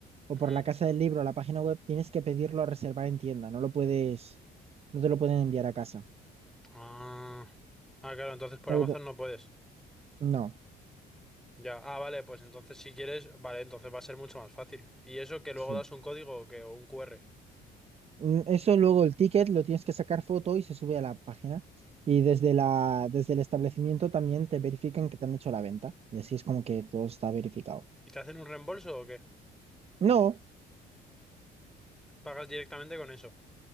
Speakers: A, on the right; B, in the centre.
A: o
B: Ujú.
A: por la casa del libro, la página web, tienes que pedirlo a reservar en tienda, no lo puedes, no te lo pueden enviar a casa.
B: Ah, ah, claro, entonces por
A: La
B: Amazon
A: verdad-
B: no puedes.
A: No,
B: Ya, ah, vale, pues entonces si quieres, vale, entonces va a ser mucho más fácil. ¿Y eso que luego
A: sí.
B: das un código o qué? O un QR.
A: Mm, Eso luego el ticket lo tienes que sacar foto y se sube a la página. Y desde la, desde el establecimiento también te verifican que te han hecho la venta. Y así es como que todo está verificado.
B: ¿Y te hacen un reembolso o qué?
A: No.
B: ¿Pagas directamente con eso?